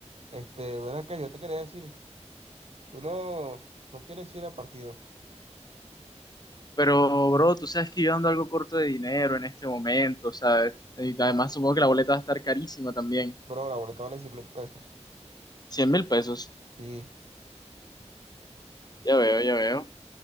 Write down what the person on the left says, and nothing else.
Pero, bro, tú sabes que yo ando algo corto de dinero en este momento, ¿sabes? Y además supongo que la boleta va a estar carísima también.
cien mil pesos.
Ya veo, ya veo.